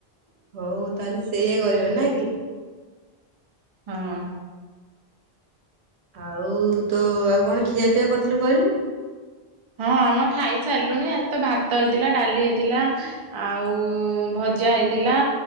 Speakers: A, on the right; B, on the right.
A: ହଉ ତାହେଲେ ସେଇଆ କରିବ ନା କି
B: ହଁ
A: ଆଉ ତ ଆଉ କଣ ଖିଆ ପିଆ କରିଥିଲୁ କହିଲୁ
B: ହଁ ଆମେ ଖାଇ ସାରିଲୁଣି ଆ ତ ଭାତ ହେଇଥିଲା ଡାଲି ହେଇଥିଲା ଆଉ ଭଜା ହେଇଥିଲା